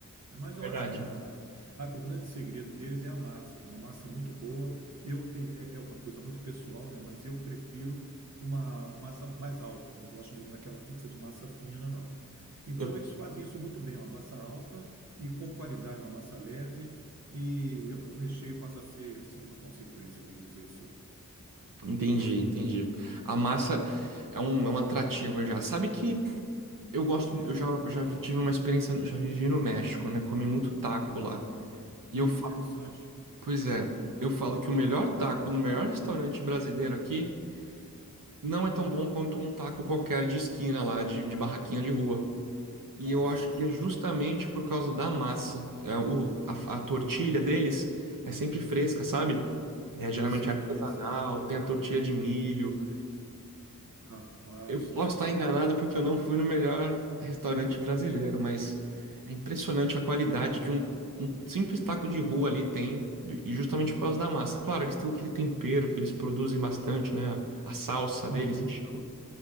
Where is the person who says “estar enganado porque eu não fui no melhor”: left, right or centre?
Right